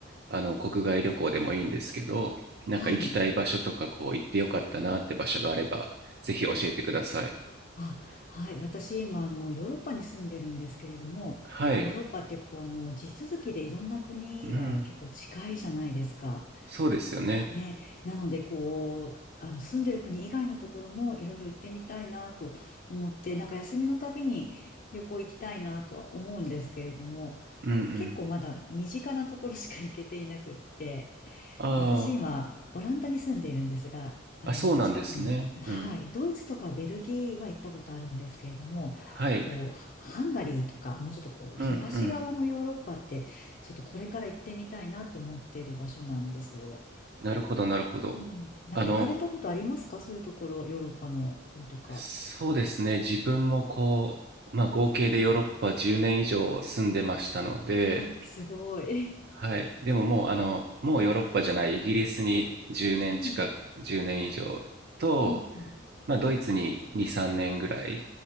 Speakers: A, on the right; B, on the left.
A: あの、国外旅行でもいいんですけど、なんか行きたい場所とか、
B: はい。
A: こう、行ってよかったなって場所があれば、ぜひ教えてください。
B: あ、はい。私、今、あの、ヨーロッパに住んでるんですけれども、
A: はい。
B: ヨーロッパって、こう、あの、地続きでいろんな国が結構近いじゃないですか。
A: うん。そうですよね。
B: ね。なので、こう、あの、住んでる国以外のところもいろいろ行ってみたいなと思って、なんか休みのたびに旅行行きたいなとは思うんですけれども、
A: うんうん。
B: 結構まだ身近なところしか行けていなくって、
A: あ
B: 私今、オランダに住んでいるんですが、あの、
A: あ、あ、そうなんですね。
B: 近くの、はい、
A: うん。
B: ドイツとかベルギーは行ったことあるんですけれども、
A: はい。
B: こう、ハンガリーとか、もうちょっとこう、
A: うんうん。
B: 東側のヨーロッパって、ちょっとこれから行ってみたいなと思っている場所なんですよ。
A: なるほど、なるほど。
B: うん。なんか行かれたことありますかそういうところ、
A: あの、
B: ヨーロッパの方とか。
A: そうですね。自分もこう、まあ合計でヨーロッパ10年以上住んでましたので、
B: あ、すごい。
A: はい。でももうあの、もうヨーロッパじゃないイギリスに10年近く、
B: <laughs> うん、
A: 10年以上と、
B: うん、
A: まあドイツに2、3年ぐらい、